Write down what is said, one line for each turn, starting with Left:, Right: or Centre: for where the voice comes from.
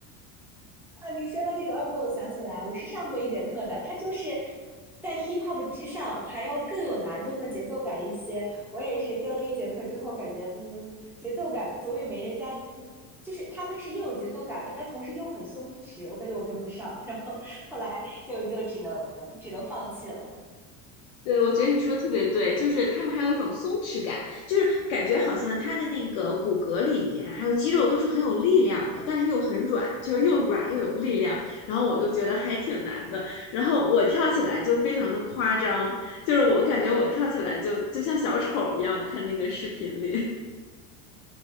Centre: 啊，你说到这个二哥，我想起来，我是上过一节课的，它就是在 hip hop 之上还要更有难度和节奏感一些。我也是跟了一节课之后，感觉嗯，节奏感总也没人家，嗯就是他们是又有节奏感，但同时又很松弛，我感觉我跟不上，然后后来就就只能只能放弃了。
Left: 对，我觉得你说的特别对，就是他们还有一种松弛感，就是感觉好像他的那个骨骼里面还有肌肉都是很有力量的，但是又很软，就是又软又有力量。然后我就觉得还挺难的，然后我跳起来就非常的夸张，就是我感觉我跳起来就就像小丑一样，我看那个视频里。